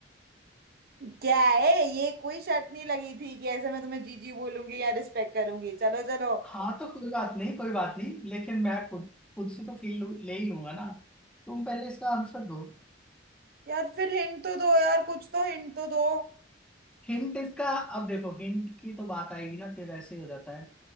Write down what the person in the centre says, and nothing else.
हाँ तो कोई बात नहीं कोई बात नहीं लेकिन मैं खुद खुद से तो फील ले ही लूंगा ना तुम पहले इसका आंसर दो
हिंट इसका अब देखो हिंट की तो बात आएगी ना फिर ऐसे ही हो जाता है